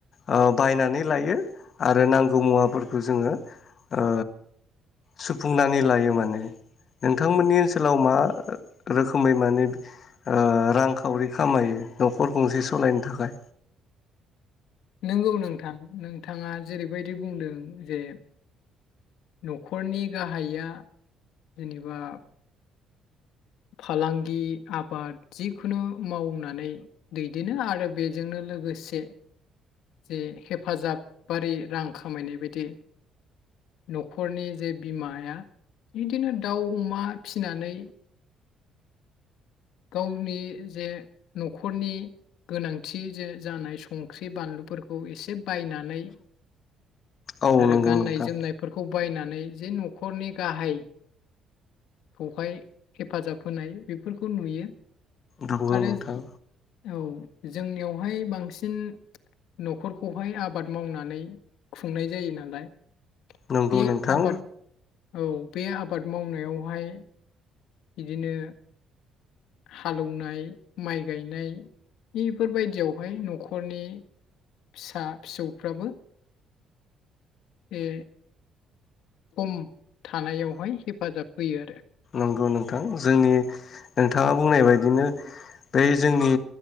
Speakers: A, on the left; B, on the left.
A: ओ बायनानै लायो आरो नांगौ मुवाफोरखौ जोङो ओ सुफुंनानै लायो माने नोंथांमोननि ओनसोलाव मा रोखोमै माने ओ रांखावरि खामायो न'खर गंसे सलायनो थाखाय
B: नंगौ नोंथां नों नोंथाङा जेरैबायदि बुंदों जे न'खरनि गाहाया जेनेबा फालांगि आबाद जिखुनु मावनानै दैदेनो आरो बेजोंनो लोगोसे जे हेफाजाबारि रां खामायनाय बायदि न'खरनि जे बिमाया बिदिनो दाउ अमा फिनानै गावनि जे न'खरनि गोनांथि जे जानाय संख्रि बानलुफोरखौ एसे बायनानै
A: औ
B: आरो
A: नंगौ
B: गाननाय
A: नोंथां
B: जोमनायफोरखौ बायनानै जे न'खरनि गाहाय खौहाय हेफाजाब होनाय बेफोरखौ नुयो
A: नंगौ
B: आरो
A: नोंथां
B: औ जोंनियावहाय बांसिन न'खरखौहाय आबाद मावनानै खुंनाय जायो नालाय
A: नंगौ
B: बे
A: नोंथां।
B: आबाद औ बे आबाद मावनायाव हाय बिदिनो हालौनाय माइ गायनाय इफोरबायदियावहाय न'खरनि फिसा फिसौफ्राबो ए खम थानायावहाय हेफाजाब होयो आरो
A: नौ नोंथां जोंनि नोंथाङा बुंनाय बायदिनो बै जोंनि